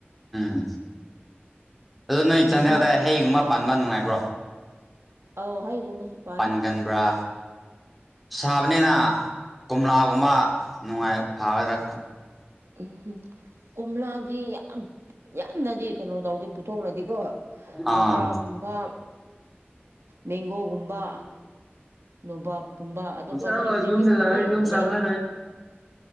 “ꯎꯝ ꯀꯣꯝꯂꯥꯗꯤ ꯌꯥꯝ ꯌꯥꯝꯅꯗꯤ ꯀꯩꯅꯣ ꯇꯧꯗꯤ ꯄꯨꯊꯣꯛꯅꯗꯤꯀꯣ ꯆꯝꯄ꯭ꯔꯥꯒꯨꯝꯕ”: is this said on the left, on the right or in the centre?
Right